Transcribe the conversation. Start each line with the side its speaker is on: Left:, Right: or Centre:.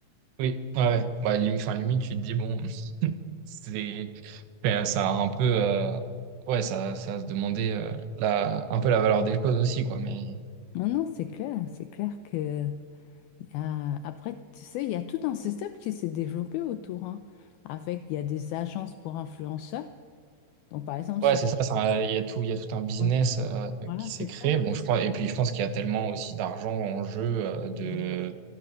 Right: Oui, ouais, ouais. Bah, lim- enfin, limite, tu te dis, bon, c'est, ben, ça a un peu, euh, ouais, ça, ça a se demander, euh, la, un peu la valeur des choses aussi, quoi, mais.
Left: Non, non, c'est clair, c'est clair que y a... après, tu sais, il y a tout un système qui s'est développé autour, hein, avec il y a des agences pour influenceurs. Donc, par exemple,
Right: Ouais,
Left: si
Right: c'est ça, ça, il y a tout, il y a tout un business
Left: ouais,
Right: euh,
Left: voilà,
Right: qui
Left: c'est
Right: s'est créé.
Left: ça.
Right: Bon, je pense, et puis je pense qu'il y a tellement aussi d'argent en jeu, euh,
Left: Oui.
Right: de,